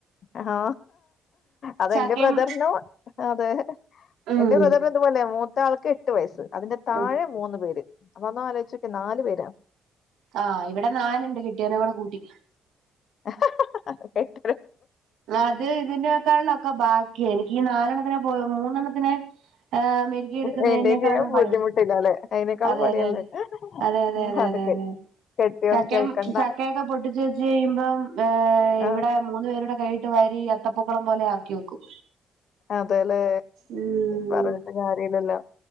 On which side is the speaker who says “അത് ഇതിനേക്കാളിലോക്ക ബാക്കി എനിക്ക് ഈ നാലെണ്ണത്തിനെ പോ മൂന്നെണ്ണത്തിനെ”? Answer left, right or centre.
Right